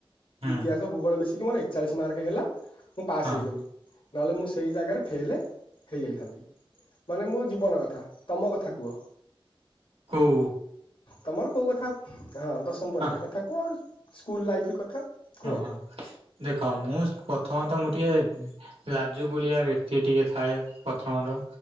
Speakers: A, on the right (about 85°); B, on the left (about 60°).
A: ହୁଁ
B: ଇତିହାସ ଭୂଗୋଳ ମିଶିକି ମୋର ଏକଚାଳିଶ ମାର୍କ ହେଲା, ମୁଁ ପାସ୍
A: ହଁ
B: ହେଇଗଲି। ନହେଲେ ମୁଁ ସେଇ ଜାଗାରେ ଫେଲେ ହେଇଯାଇଥାନ୍ତି ମାନେ ମୋ ଜୀବନ କଥା, ତମ କଥା କୁହ?
A: ହଉ
B: ତମର କୋଉ କଥା, ହଁ ଦଶମ ପରୀକ୍ଷା
A: ହଁ
B: କଥା କୁହ ସ୍କୁଲ ଲାଇଫ କଥା କୁହ
A: ଓ ହ ଦେଖ, ମୁ ପ୍ରଥମତ ମୁଁ ଟିକେ ଲାଜୁକୁଳିଆ ବ୍ୟକ୍ତି ଟିକେ ଥାଏ ପ୍ରଥମ,